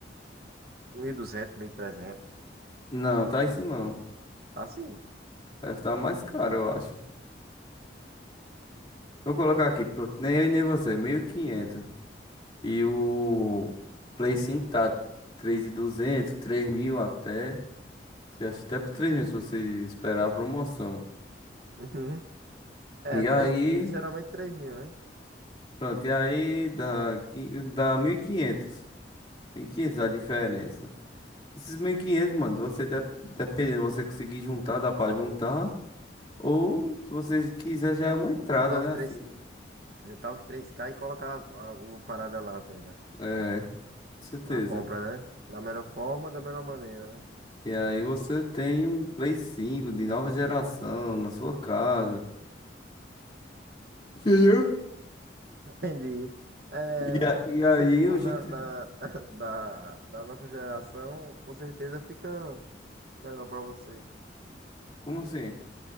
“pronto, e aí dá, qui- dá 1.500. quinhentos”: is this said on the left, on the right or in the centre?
Left